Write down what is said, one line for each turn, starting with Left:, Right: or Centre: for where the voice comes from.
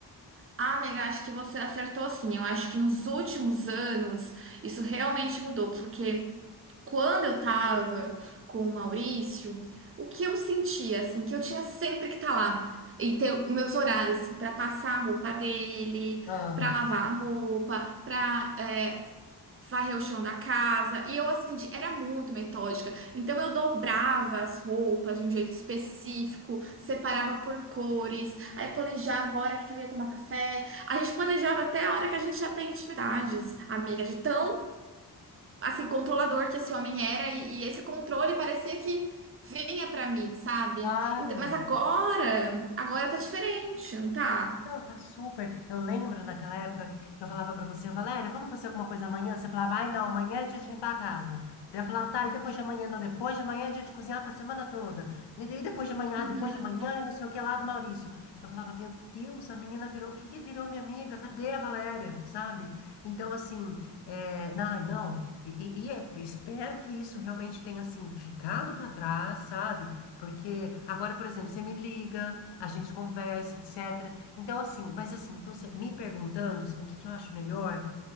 Right: Ah, amiga, acho que você acertou sim. Eu acho que nos últimos anos isso realmente mudou, porque. Quando eu tava com o Maurício, o que eu sentia, assim, que eu tinha sempre que estar tá lá e ter os meus horários, assim, pra passar a roupa dele,
Left: Ah,
Right: pra lavar a roupa, pra é, varrer o chão da casa. E eu, assim, ti- era muito metódica. Então, eu dobrava as roupas de um jeito específico, separava por cores, aí planejava a hora que eu ia tomar café. A gente planejava até a hora que a gente já tem intimidades, amiga, de tão assim, controlador que esse homem era e, e esse controle parecia que vinha pra mim, sabe?
Left: claro.
Right: Então, mas agora, agora tá diferente, não tá?
Left: Não, tá super. Eu lembro naquela época que eu falava pra você, Valéria, vamos fazer alguma coisa amanhã? Você falava, ai não, amanhã é dia de limpar a casa. Daí eu falava, tá, e depois de amanhã? Não, depois de amanhã é dia de cozinhar pra semana toda. E daí depois de amanhã,
Right: Uhum.
Left: ah, depois de amanhã, eu não sei o que lá do Maurício. Eu falava, meu Deus, a menina virou, o que que virou minha amiga? Cadê a Valéria? Sabe? Então, assim, é, não, não. E, e- e é- espero que isso realmente tenha, assim, ficado pra trás, sabe? Porque agora, por exemplo, você me liga, a gente conversa, etc. Então, assim, mas assim, se você me perguntando se- o que que eu acho melhor,